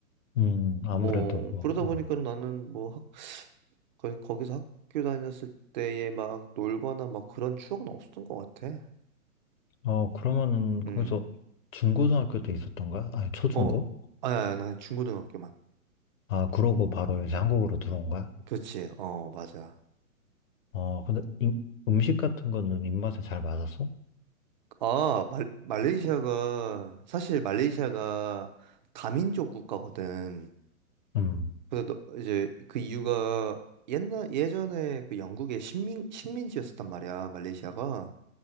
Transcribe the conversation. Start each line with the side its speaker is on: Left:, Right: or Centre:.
Left: 음, 아무래도
Right: 어,
Left: 뭐.
Right: 그러다
Left: 음.
Right: 보니까 나는 뭐 학, 거- 거기서 학교 다녔을 때에 막 놀거나 막 그런 추억은 없었던 것 같아.
Left: 어, 그러면은
Right: 음,
Left: 거기서 중고등학교 때 있었던 거야? 아니, 초중고?
Right: 어, 아니, 아니, 난 중고등학교만.
Left: 아, 그러고 바로 이제 한국으로 들어온 거야?
Right: 그치, 어, 맞아.
Left: 어, 근데 이- 음식 같은 거는 입맛에 잘 맞았어?
Right: 아, 말, 말레이시아가, 사실 말레이시아가 다민족 국가거든.
Left: 음,
Right: 그래서 너- 이제 그 이유가 옛날, 예전에 그 영국의 식민, 식민지였었단 말이야, 말레이시아가.